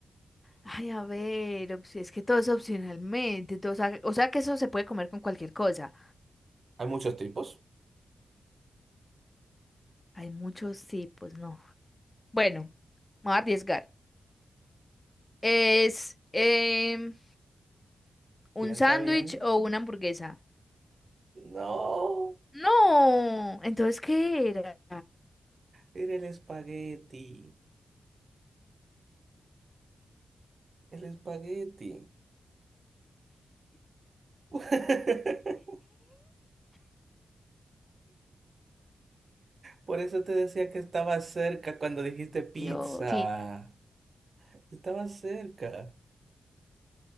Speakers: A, on the left (about 25°); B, on the right (about 55°).
A: Ay, a ver, opci- es que todo es opcionalmente. todo, o sea, o sea que eso se puede comer con cualquier cosa.
B: muchos tipos.
A: Hay muchos tipos, no. Bueno, me voy a arriesgar. ¿Es em,
B: Piensa
A: un sándwich
B: bien.
A: o una hamburguesa?
B: No,
A: No. Entonces, ¿qué era?
B: era el espagueti. El espagueti. <laughs> Por eso te decía que estaba cerca cuando dijiste pizza.
A: Dios. Sí,
B: Estaba cerca.